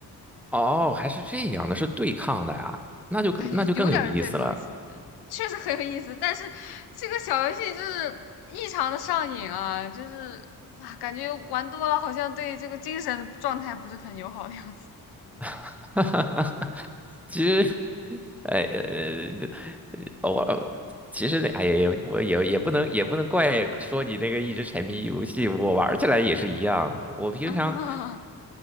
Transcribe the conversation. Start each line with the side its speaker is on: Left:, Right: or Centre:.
Centre: 哦，还是这样的，是对抗的呀，那就更那就更有意思了。
Left: 哎，有点儿对抗性质，确实很有意思。但是这个小游戏就是异常的上瘾啊，就是啊，感觉玩多了好像对这个精神状态不是很友好的样子
Centre: <laughs> 其实，哎呃，我其实哎呀，我也也不能也不能怪说你那个一直沉迷于游戏，我玩起来也是一样。我平常
Left: <laughs>